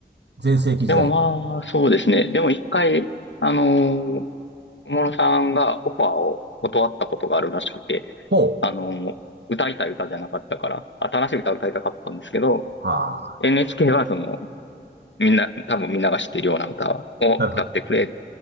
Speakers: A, on the right (about 70°); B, on the left (about 85°).
A: 全盛期時代に。
B: でもまあ、そうですね。でも一回、あのー小室さんがオファーを断ったことがあるらしくて、
A: ほう。
B: あのー歌いたい歌じゃなかったから、新しい歌を歌いたかったんですけど、
A: はあ。
B: NHK はその、みんな、多分みんなが知ってるような歌を歌ってくれ。
A: なるほど。